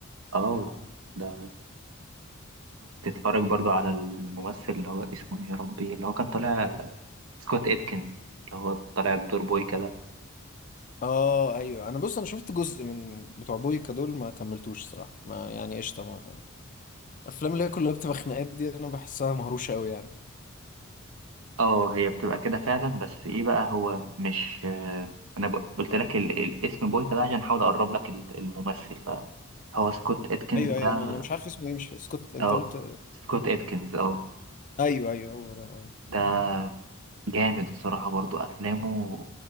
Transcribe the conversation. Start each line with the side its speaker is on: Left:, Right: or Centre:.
Right: اه ده بتتفرج برضو على الممثل اللي هو اسمه ايه يا ربي اللي هو كان طالع سكوت اتكنز اللي هو طالع بدور بوي كده
Left: اه ايوه انا بص انا شفت جزء من بتوع بويكا دول ما كملتوش الصراحه ما يعني قشطه ما الافلام اللي هي كلها بتبقى خناقات دي انا بحسها مهروشه قوي يعني
Right: اه هي بتبقى كده فعلا بس ايه بقى هو مش آه، انا ب- قلت لك ال- الاسم بوي كده عشان احاول اقرب لك ال- الممثل بقى هو سكوت اتكنز
Left: ايوه
Right: ده
Left: ايوه انا انا مش عارف اسمه ايه مش سكوت انت
Right: اه
Left: قلت
Right: سكوت اتكنز اه
Left: ايوه ايوه هو ده ايوه
Right: ده جامد الصراحة برضو أفلامه